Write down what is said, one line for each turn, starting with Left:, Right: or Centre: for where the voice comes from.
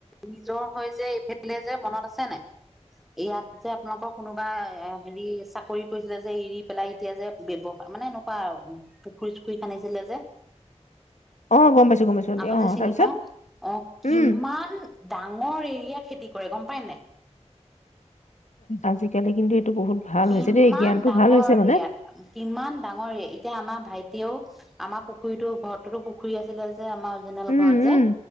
Centre: নিজৰ হৈ যে এইফালে যে মনত আছে নাই ইয়াত, যে আপোনালোকৰ কোনোবা হেৰি চাকৰি কৰিছিলে যে এৰি পেলাই এতিয়া যে ব্যৱসায় মানে এনেকুৱা আৰু পুখুৰী চুখুৰী খান্দিছিলে যে
Left: অ গম পাইছো গম পাইছো
Centre: আপুনি
Left: অ
Centre: যে চিনি
Left: তাৰপিছত
Centre: পায় অ কিমান
Left: উম
Centre: ডাঙৰ এৰিয়া খেতি কৰে গম পায় নাই
Left: আজিকালি কিন্তু বহুত ভাল
Centre: কিমান
Left: হৈছে দেই জ্ঞানটো
Centre: ডাঙৰ
Left: ভাল হৈছে
Centre: এৰিয়াত
Left: মানে
Centre: কিমান ডাঙৰ এৰিয়াত আমাৰ ভাইটিয়েও আমাৰ পুখুৰীতো ঘৰৰতো পুখুৰী আছিলে আমাৰ অৰজিনেল
Left: উম,
Centre: ঘৰত
Left: উম,
Centre: যে